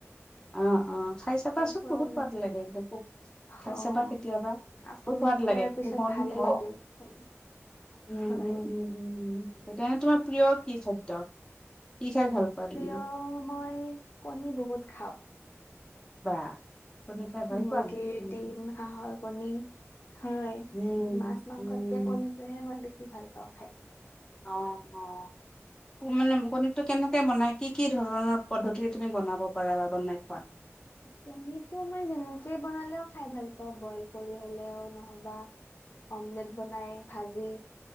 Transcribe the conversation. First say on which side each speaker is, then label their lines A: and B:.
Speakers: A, on the left (about 15°); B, on the left (about 50°).
A: অ অ খাই চাবা চোন
B: খোৱাও
A: বহুত
B: নাযায়।
A: সোৱাদ লাগে। একদম খাই
B: অ',
A: চাবা কেতিয়াবা বহুত
B: আপুনি
A: সোৱাদ
B: কোৱাৰ
A: লাগে
B: পিছত
A: কোমল
B: ভালে
A: বিমল
B: লাগিল শুনি।
A: উম
B: হয়।
A: উম উম উম উ সেইে তোমাৰ প্ৰিয় কি খাদ্য। কি খাই ভাল পোৱা
B: প্ৰিয়
A: তুমি
B: মই কণী বহুত খাওঁ।
A: বা? কণী খাই ভাল
B: মুৰ্গীৰ
A: পোৱা? উম
B: ডিম হাঁহৰ কণী। হয়
A: উম
B: মাছ মাংসতকে
A: উম
B: কণীটোহে মই বেছি। ভাল পাওঁ খাই।
A: অ অ মানে কণীটো কেনেকে বনাই। কি কি ধৰণৰ পদ্ধতিৰে তুমি বনাব পাৰা। বা বনাই খোৱা।
B: কণীটো মই যেনেকেই বনালেও খাই ভাল পাওঁ। বইল কৰি হলেও নহবা অমলেট বনাই ভাজি।